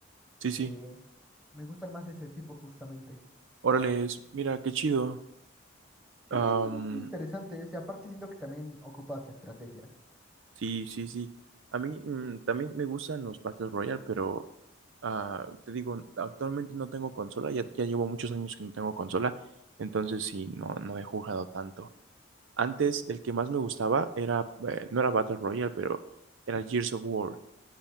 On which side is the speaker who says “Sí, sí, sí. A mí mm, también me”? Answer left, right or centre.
Right